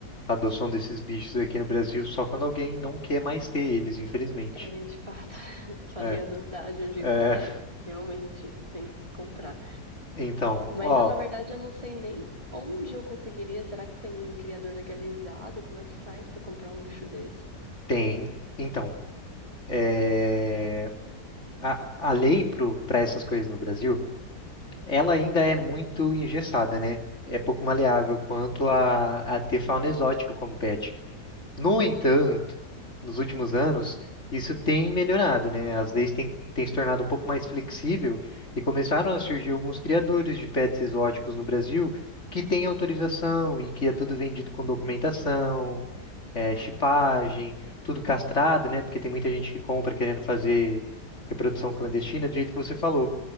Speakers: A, on the left; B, on the right.
A: a adoção desses bichos aqui no Brasil só quando alguém não quer mais ter eles, infelizmente.
B: É, de fato, <laughs> falei
A: É,
B: adotar de um jeito.
A: é,
B: É, realmente, tem que comprar.
A: <laughs> então,
B: Mas
A: ó,
B: eu, na verdade, eu não sei nem onde eu conseguiria. Será que tem criador legalizado? Como é que faz pra comprar um bicho desse?
A: tem. Então, é, a, a lei para essas coisas no Brasil. ela ainda é muito engessada, né? É pouco maleável quanto a, a ter fauna exótica como pet. No entanto, nos últimos anos, isso tem melhorado, né? As leis têm, têm se tornado um pouco mais flexível e começaram a surgir alguns criadores de pets exóticos no Brasil que têm autorização e que é tudo vendido com documentação, é, chipagem, tudo castrado, né? Porque tem muita gente que compra querendo fazer reprodução clandestina, do jeito que você falou.